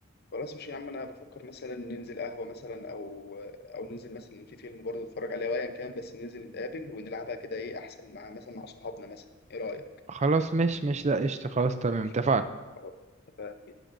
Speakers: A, on the left; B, on the right.
A: خلاص مش يا عم انا بفكر مثلا ننزل قهوه مثلا او او ننزل مثلا في فيلم برضه نتفرج عليه او ايا كان بس ننزل نتقابل ونلعبها كده ايه احسن مع مثلا مع صحابنا مثلا ايه رايك
B: خلاص مش مش لا قشطه خلاص تمام
A: ماشي
B: اتفقنا
A: خلاص اتفقنا